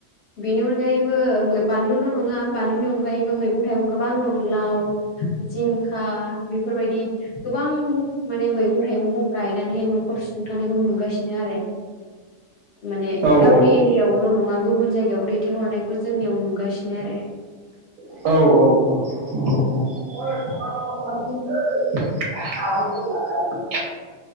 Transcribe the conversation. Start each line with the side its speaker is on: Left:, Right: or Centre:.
Left: बेनि अनगायैबो बानलुल' नङा बानलुनि अनगायैबो मैगं थाइगं गोबां दं लाव जिंखा बेफोरबायदि गोबां माने मैगं थाइगं दं गाय गायनानैहाय न'खर सुफुंथखौ नुगासिनो आरो माने
Right: औ
Left: गावनि
Right: औ
Left: एरियायावल' नङा गुबुन जायगायावबो दैथायहरनायखौ जोंनियाव नुगासिनो आरो
Right: औ औ औ अ अ <unintelligible> <unintelligible>